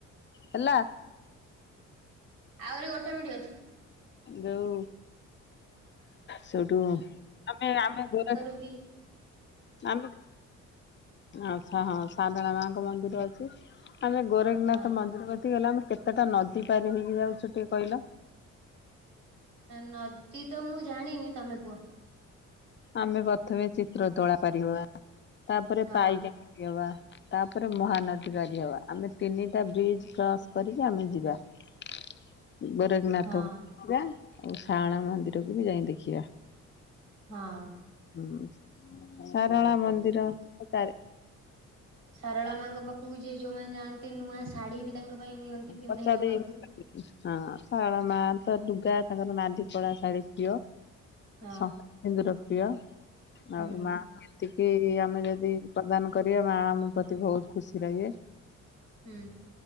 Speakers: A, on the left; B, on the right.
A: ହେଲା।
B: ଆହୁରି ଗୋଟେ ମିନିଟ ଅଛି।
A: ଯଉ ସେଇଠୁ ଆମେ ଆମେ ଗୋରା
B: ବିର୍
A: ଆମେ ଆଚ୍ଛା ହଁ ସାଦଳା ମା ଙ୍କ ମନ୍ଦିର ଅଛି। ଆମେ ଗୋରଖନାଥ
B: ହଁ
A: ମନ୍ଦିର କତିକି ଗଲେ, ଆମେ କେତେଟା ନଦୀ ପାରି ହେଇକି ଯାଉଛୁ ଟିଏ କହିଲ।
B: ନଦୀ ତ ମୁଁ ଜାଣିନି ତମେ କୁହ।
A: ଆମେ ପ୍ରଥମେ ଚିତ୍ର ତୋଳା ପାରି ହବା ତାପରେ
B: ହଁ
A: ପାଇକେ କି ଅବା ତାପରେ ମହାନଦୀ ପାରି ହବା, ଆମେ ତିନିଟା ବ୍ରିଜି କ୍ରସ୍ କରିକି ଆମେ ଯିବା। ହ ବେରେଖନାଥ
B: ହଁ
A: ଇବା ଆଉ ଶାରଳା ମନ୍ଦିରକୁ ବି ଯାଇ ଦେଖିବା।
B: ହଁ।
A: ହୁଁ ସାରଳା ମନ୍ଦିର ସେଟାରେ
B: ସାରଳା ମାଙ୍କ ପାଖକୁ ଯିଏ ଯୋଉମାନେ ଯାଆନ୍ତି, ନୂଆ ଶାଢୀ ବି ତାଙ୍କ ପାଇଁ ନିଅନ୍ତି ପିନ୍ଧେଇ
A: ପଚା
B: ଦବାକୁ।
A: ଦେଇ ହଁ ସାରଳା ମା ତ ଲୁଗା ତାଙ୍କର ନାଦି କଳା ଶାଢୀ ପ୍ରିୟ।
B: ହଁ
A: ଶଙ୍ଖା ସିନ୍ଦୁର ପ୍ରିୟ
B: ହୁଁ
A: ଆଉ ମା ଏତିକି ଆମେ ଯଦି ପ୍ରଦାନ କରିବା, ମା ଆମ ପ୍ରତି ବହୁତ ଖୁସି ରହିବେ।
B: ହୁଁ।